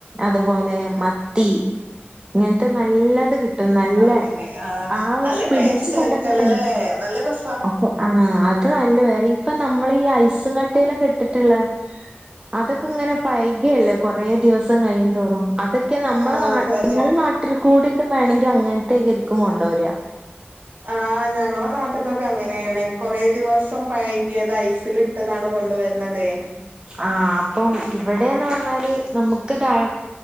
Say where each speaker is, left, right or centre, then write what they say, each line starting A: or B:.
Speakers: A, on the right; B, on the right.
A: അതുപോലെ മത്തി ഇങ്ങനത്തെ നല്ലത് കിട്ടും നല്ല
B: ആണല്ലേ ആഹ്
A: ആ
B: നല്ല
A: പിടിച്ച
B: ടേസ്റ്റ്
A: കണ്ടട്ട
B: ആയിരിക്കല്ലോല്ലേ നല്ല രസാ
A: അപ്പൊ ആഹ അത അല്ല വേറെ ഇപ്പൊ നമ്മൾ ഈ ഐസും കട്ടയിലൊക്കെ ഇട്ടിട്ടുള്ള അതൊക്കെ ഇങ്ങനെ പൈകയല്ലേ കൊറേ ദിവസം കഴിയും തോറും അതൊക്കെ നമ്മളെ
B: ആഹ്
A: നാ
B: അതെ അതെ
A: നിങ്ങളെ നാട്ടിൽ കൂടെക്കെ വേണമെങ്കിൽ അങ്ങനത്തെയക്കെ ഇരിക്കും കൊണ്ട വരിക
B: ആഹ ഞങ്ങളെ നാട്ടക്കൊക്കെ അങ്ങനെയാണ് കൊറേ ദിവസം പൈകിയത് ഐസിൽ മതാണ് കൊണ്ടുവരുന്നതേ
A: ആഹ് അപ്പം ഇവിടെന്ന് പറഞ്ഞാല് നമുക്ക് ഡ